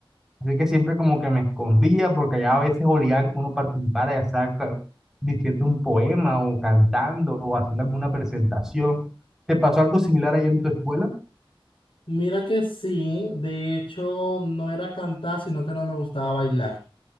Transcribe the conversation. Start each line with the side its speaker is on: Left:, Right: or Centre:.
Centre: Así que siempre como que me escondía porque allá a veces obligaban que uno participara, ya sea ca- diciendo un poema o cantando o haciendo alguna presentación. ¿Te pasó algo similar allá en tu escuela?
Left: Mira que sí, de hecho no era cantar, sino que no me gustaba bailar.